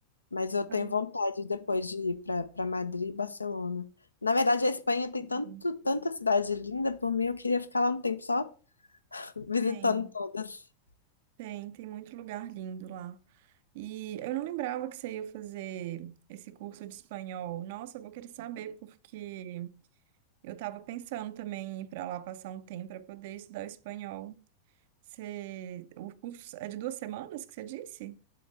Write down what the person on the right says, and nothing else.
Ah,
uhum.
Tem,
tem, tem muito lugar lindo lá. E eu não lembrava que você ia fazer esse curso de espanhol. Nossa, eu vou querer saber, porque eu estava pensando também em ir para lá passar um tempo para poder estudar o espanhol. Você, o curso é de duas semanas que você disse?